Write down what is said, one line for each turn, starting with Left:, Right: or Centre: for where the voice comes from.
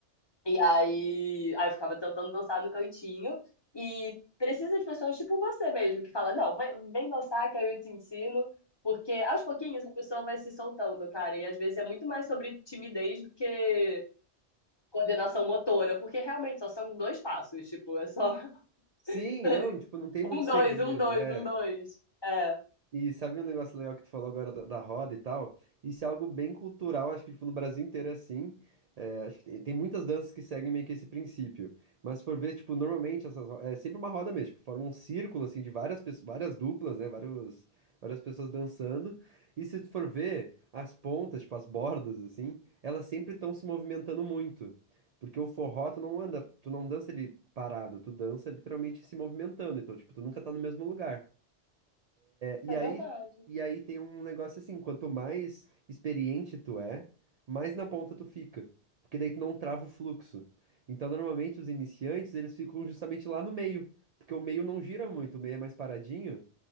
Left: E aí, aí eu ficava tentando dançar no cantinho e precisa de pessoas tipo você mesmo, que fala, não, vem, vem dançar que aí eu te ensino, porque aos pouquinhos a pessoa vai se soltando, cara, e às vezes é muito mais sobre timidez do que coordenação motora, porque realmente só são dois passos, tipo, é só <laughs>
Right: Sim, não, tipo, não tem muito
Left: um,
Right: segredo,
Left: dois, um, dois,
Right: é.
Left: um, dois. É,
Right: E sabe um negócio legal que tu falou agora da, da roda e tal? Isso é algo bem cultural, acho que tipo, no Brasil inteiro é assim. É, acho que tem, tem muitas danças que seguem meio que esse princípio. Mas se for ver, tipo, normalmente essas, ro- é sempre uma roda mesmo, tipo, forma um círculo assim de várias pessoas, várias duplas, né? Vários, várias pessoas dançando. E se tu for ver, as pontas, tipo, as bordas, assim, elas sempre estão se movimentando muito. Porque o forró, tu não anda, tu não dança ele parado, tu dança literalmente se movimentando. Então, tipo, tu nunca tá no mesmo lugar. E
Left: é
Right: aí,
Left: verdade.
Right: e aí tem um negócio assim, quanto mais experiente tu é, mais na ponta tu fica, porque daí tu não trava o fluxo. Então, normalmente os iniciantes, eles ficam justamente lá no meio, porque o meio não gira muito, o meio é mais paradinho.